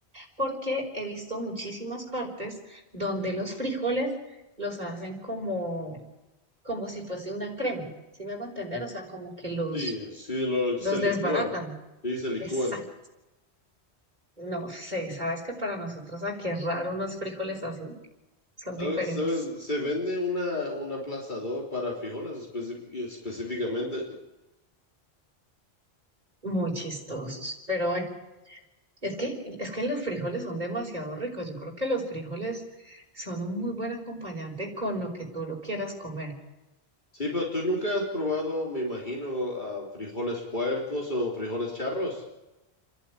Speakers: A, on the right; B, on the left.
A: porque he visto muchísimas partes donde los frijoles los hacen como, como si fuese una crema. ¿Sí me hago entender? O sea, como que los,
B: Sí, sí, lo, se
A: los
B: licúan.
A: desbaratan.
B: Sí, se licúan.
A: Exacto. No sé, sabes que para nosotros aquí es raro unos frijoles así. son
B: ¿Sabes?
A: diferentes,
B: ¿Sabes? Se vende una, un aplastador para frijoles especi- específicamente.
A: muy chistosos. Pero bueno, es que, es que los frijoles son demasiado ricos. Yo creo que los frijoles son un muy buen acompañante con lo que tú lo quieras comer.
B: Sí, pero tú nunca has probado, me imagino, ah, frijoles puercos o frijoles charros.